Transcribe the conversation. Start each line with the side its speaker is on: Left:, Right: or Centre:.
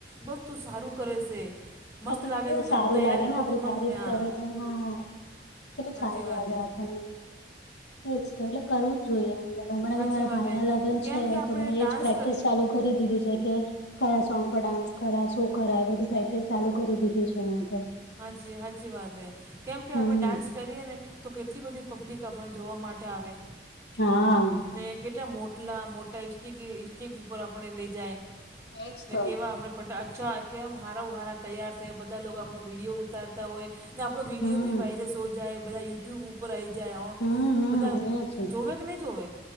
Right: બસ તું સારું કરે છે.
Left: તો
Right: મસ્ત
Left: આપણને
Right: લાગે
Left: કેવું
Right: છે
Left: સારુ
Right: તું તૈયાર
Left: લાગે
Right: બી
Left: ને
Right: હોય
Left: આપડી
Right: તો મસ્ત
Left: તારીફ
Right: હા
Left: કરે તો હા કેટલું
Right: સાચી
Left: સારું
Right: વાત
Left: લાગે
Right: હે
Left: આપણને એજ તો એટ કરવું જ જોઈએ, હમણાં
Right: સાચી
Left: બી મારા
Right: વાત
Left: ભાઈ
Right: હે
Left: ના લગ્ન
Right: કેમ
Left: છે
Right: કે આપણે
Left: તો મેં
Right: ડાન્સ
Left: એજ પ્રેક્ટિસ
Right: ક-
Left: ચાલુ કરી દીધી છે, કે કયા સોંગ પર ડાન્સ કરાય શો કરાય એ બધું પ્રેક્ટિસ ચાલુ કરી દીધી છે, મે તો
Right: હાચી સાચી વાત હે કેમ કે
Left: હમ
Right: આપડે ડાન્સ કરીએ ને તો કેટલી બધી પબ્લિક આપણે જોવા માટે આવે
Left: હા
Right: ને કેટલા મોટલા મોટા ઈસિટક સ્ટીિક ઉપર આપણે લઈ જાય
Left: એજ
Right: ને
Left: તો
Right: કેવા આપણે બટ અચ્છા કેમ હારા ઉ હારા તૈયાર થાય બધા લોકો આપણો વિડીયો ઉતારતા હોય. ને આપણો વિડીયો
Left: હમ
Right: બી વાઇરસ હો જાય બધા યુ યુટ્યુબ ઉપર આવી જાય
Left: હમ હમ
Right: બધા
Left: એજ
Right: જોવે કે નહી, જોવે